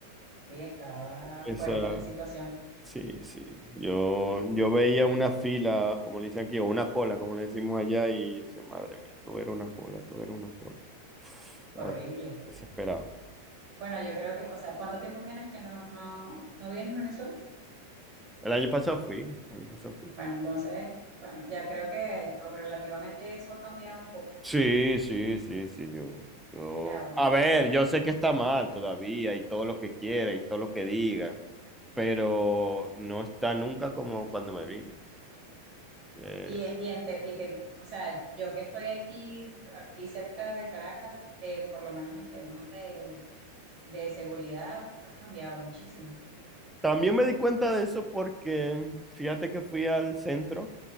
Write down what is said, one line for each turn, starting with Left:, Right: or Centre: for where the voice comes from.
Right: sí, estaba
Centre: Esa
Right: fuerte la situación,
Centre: Sí, sí. Yo, yo veía una fila, como le dicen aquí, o una cola, como le decimos allá, y yo decía, madre mía, esto era una cola, esto era una cola. Estaba
Right: horrible.
Centre: desesperado.
Right: Bueno, yo creo que, o sea, ¿cuánto tiempo tienes que no, no, no vienes a Venezuela?
Centre: El año pasado fui, el año pasado fui.
Right: Bueno, entonces, bueno, ya creo que relativamente eso ha cambiado un poco.
Centre: Sí, sí, sí, sí, yo, yo...
Right: O sea, uno
Centre: A
Right: está
Centre: ver, yo sé que está mal todavía y todo lo que quieren, y todo lo que digan, pero no está nunca como cuando me vine. Eh,
Right: Y, y, en Te- y Te- o sea, yo que estoy aquí, aquí cerca de Caracas, eh, por lo menos en temas de, de seguridad, ha cambiado muchísimo.
Centre: también me di cuenta de eso porque fíjate que fui al centro